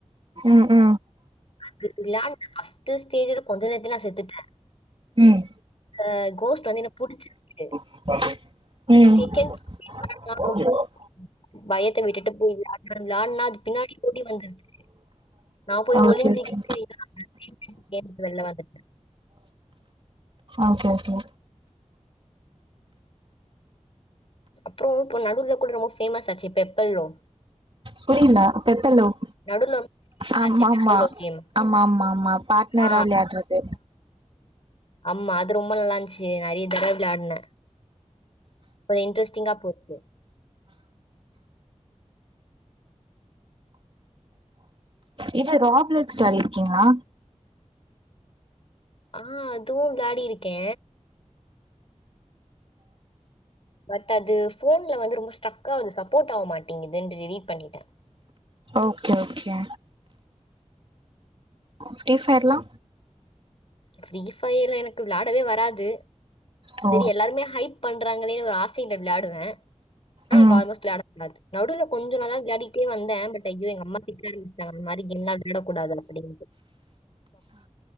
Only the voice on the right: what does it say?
ம் ம்
ம்
ம்
ஓகே
ஓகே
ஓகே ஓகே
புரிய்ல அப்ப எத்தன் லவ்
ஆமாமா
ஆமாமாமா பாட்னரா
விளையாட்றது
இது ராப்லெக்ஸ் விளாடிருக்கீங்களா
ஓகே ஓகே ஃப்ரீ ஃபயர்லா
ஓ
ம்